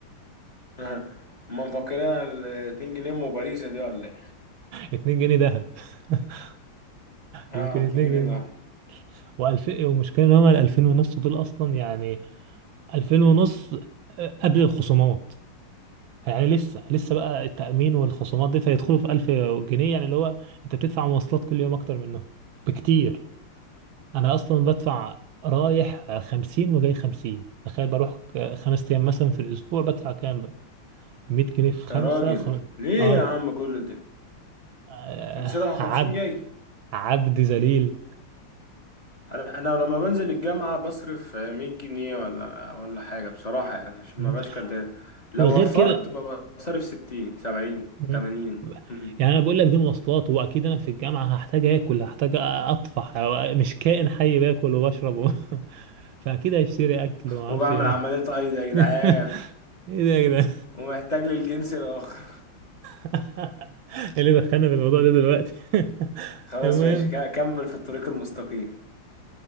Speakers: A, on the left; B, on the right.
A: <laughs> هما مفكرينها ال 2 جنيه ام باريزا دي ولا ايه
B: 2 جنيه ذهب <laughs>
A: اه
B: يمكن 2
A: 2 جنيه
B: جنيه
A: ده
B: و2000 ومشكلة ان هما ال 2000 ونص دول اصلا يعني 2000 ونص آه، قبل الخصومات يعني لسه لسه بقى التأمين والخصومات دي فيدخلوا في 1000 جنيه يعني اللي هو انت بتدفع مواصلات كل يوم اكتر منهم بكتير انا اصلا بدفع رايح 50 وجاي 50 تخيل بروح ك- خمس ايام مثلا في الاسبوع بدفع كام بقى 100 جنيه في خمسة
A: يا راجل
B: خم...
A: ليه
B: اه
A: يا عم كل ده
B: آه،
A: 50 رايح 50
B: عبد
A: جاي
B: عبد ذليل
A: انا أنا لما بنزل الجامعة بصرف آه، 100 جنيه ولا ولا حاجة بصراحة يعني عشان
B: م?
A: ما بقاش كداب لو
B: وغير
A: وفرت
B: كده
A: ببقى صارف 60 70
B: مم.
A: 80 <laughs>
B: يعني انا بقول لك دي مواصلات واكيد انا في الجامعه هحتاج اكل هحتاج اطفح مش كائن حي باكل وبشرب و... <laughs> فاكيد هيشتري اكل وما اعرفش
A: وبعمل
B: ايه
A: عملية ايضا
B: <laughs>
A: يا جدعان
B: ايه ده يا جدعان
A: ومحتاج للجنس الآخر
B: <laughs> ايه اللي دخلنا في الموضوع ده دلوقتي <laughs>
A: خلاص
B: المهم
A: ماشي ك- كمل في الطريق المستقيم